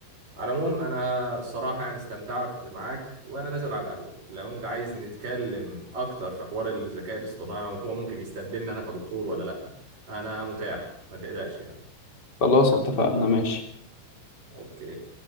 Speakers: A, on the right (about 45°); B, on the left (about 25°).
A: على العموم انا الصراحه يعني استمتعت معاك وانا نازل على القهوه لو انت عايز نتكلم اكتر في حوار الذكاء الاصطناعي وهو ممكن يستبدلني انا كدكتور ولا لا انا متاح ما تقلقش يعني
B: خلاص اتفقنا ماشي
A: اوكي